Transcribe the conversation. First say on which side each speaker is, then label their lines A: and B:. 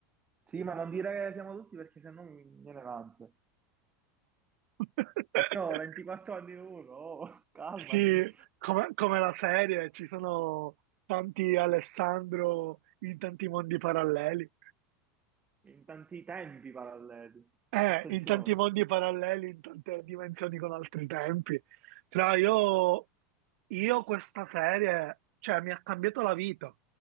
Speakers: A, on the right; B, on the right.
A: Sì, ma non dire che siamo tutti perché sennò mi mi viene l'ansia.
B: <laughs>
A: Abbiamo 24 anni uno, oh, calmati.
B: Sì, come, come la serie, ci sono tanti Alessandro in tanti mondi paralleli.
A: In tanti tempi paralleli.
B: Eh,
A: Attenzione.
B: in tanti mondi paralleli, in tante dimensioni con altri tempi. Fra io, io questa serie, cioè, mi ha cambiato la vita.